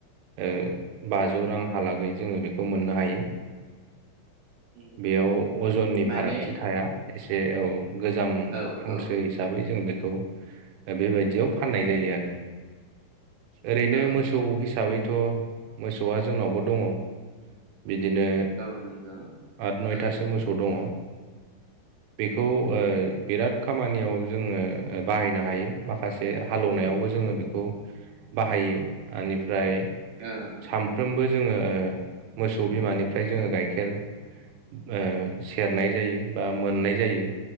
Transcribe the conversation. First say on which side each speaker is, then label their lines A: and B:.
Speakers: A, on the right; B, on the right.
A: ओ बाजौ
B: औ
A: रांहाालागै
B: औ
A: जोङो खौ मोननो हायो
B: उम
A: बेयाव
B: उम
A: अजननि
B: माने
A: फारागथि थाया एसे औ गोजाम
B: औ
A: हांसो
B: औ
A: हिसाबै जों बेखौ बेबायदियाव फाननाय जायो आरो ओरैनो
B: औ
A: मोसौ हिसाबै थ मोसौआ जोंनावबो दङ बिदिनो
B: औ नंगौ
A: आट नयथासो
B: औ उम
A: मोसौ दङ बेखौ ओ बिराद खामानियाव जोङो बाहायनो हायो माखासे हालौनायावबो जोङो बेखौ बाहायो ओनिफ्राय
B: ओ
A: सामफ्रोमबो
B: उम
A: जोङो ओ मोसौ बिमानिफ्राय जोङो गाइखेर ओ सेरनाय जायो बा मोननाय जायो